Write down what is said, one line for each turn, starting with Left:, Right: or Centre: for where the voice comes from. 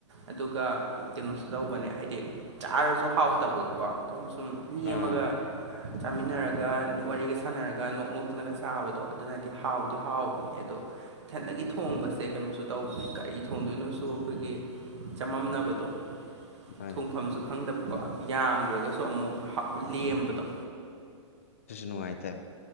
Right: ꯑꯗꯨꯒ ꯀꯩꯅꯣꯁꯨ ꯇꯧꯕꯅꯦ ꯍꯥꯏꯗꯤ ꯆꯥꯔꯁꯨ ꯍꯥꯎꯇꯕꯗꯀꯣ ꯑꯗꯨꯝ ꯁꯨꯝ ꯃꯤ
Left: ꯑꯥ
Right: ꯑꯃꯒ ꯆꯥꯃꯤꯟꯅꯔꯒ ꯋꯥꯔꯤꯒ ꯁꯥꯟꯅꯔꯒ ꯅꯣꯛ ꯅꯣꯛꯇꯅꯒ ꯆꯥꯕꯗꯣ ꯑꯗꯨꯅꯗꯤ ꯍꯥꯎꯗꯤ ꯍꯥꯎꯕꯅꯦ ꯑꯗꯣ ꯏꯊꯟꯗꯒꯤ ꯊꯣꯡꯕꯁꯦ ꯀꯩꯅꯣꯁꯨ ꯇꯧꯕꯅꯦ ꯀꯔꯤ ꯊꯣꯡꯗꯣꯏꯅꯣꯁꯨ
Left: ꯎꯝ
Right: ꯑꯩꯈꯣꯏꯒꯤ ꯆꯃꯝꯅꯕꯗꯣ
Left: ꯃꯥꯅꯦ
Right: ꯊꯣꯡꯐꯝꯁꯨ ꯈꯪꯗꯕꯀꯣ ꯌꯥꯝꯈ꯭ꯔꯒꯁꯨ ꯑꯃꯨꯛ ꯍꯥ ꯂꯦꯝꯕꯗꯣ
Left: ꯁꯤꯁꯨ ꯅꯨꯡꯉꯥꯏꯇꯦ